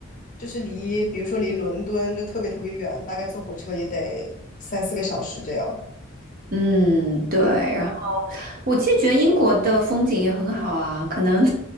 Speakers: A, on the left; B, on the right.
A: 就是离，比如说离伦敦就特别特别远，大概坐火车也得三四个小时这样。
B: 嗯，对，
A: 嗯。
B: 然后我其实觉得英国的风景也很好啊，可能，